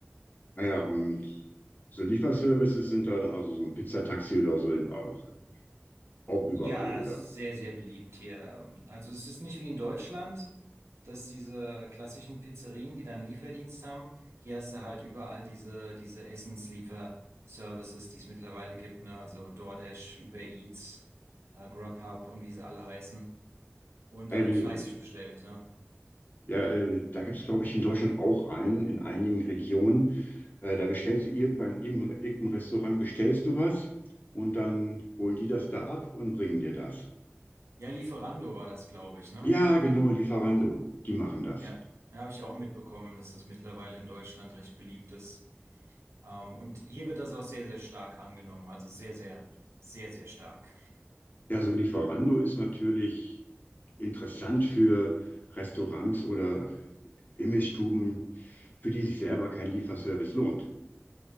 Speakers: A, on the left (about 40°); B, on the right (about 80°).
A: Naja, und so Lieferservices sind dann also so ein Pizzataxi oder so in, auch, auch überall,
B: Ja,
A: oder?
B: es ist sehr, sehr beliebt hier. Also es ist nicht wie in Deutschland, dass diese klassischen Pizzerien, die dann Lieferdienst haben, hier hast du halt überall diese, diese Essensliefer-Services, die es mittlerweile gibt, ne? Also DoorDash, Uber Eats, äh, Grubhub und wie sie alle heißen. Und
A: Ja,
B: da wird
A: diese,
B: fleißig bestellt, ne?
A: ja, äh, da gibt es, glaube ich, in Deutschland auch einen, in einigen Regionen. Äh, da bestellst du irgend, beim irgendeinem irgendeinem Restaurant bestellst du was und dann holen die das da ab und bringen dir das.
B: Ja, Lieferando war das, glaube ich, ne?
A: Ja, genau, Lieferando, die machen das.
B: Ja, da habe ich auch mitbekommen, dass das mittlerweile in Deutschland recht beliebt ist. Ähm, und hier wird das auch sehr, sehr stark angenommen. Also sehr, sehr, sehr, sehr stark.
A: Ja, so Lieferando ist natürlich. interessant für Restaurants oder Imbissstuben, für die sich selber kein Lieferservice lohnt,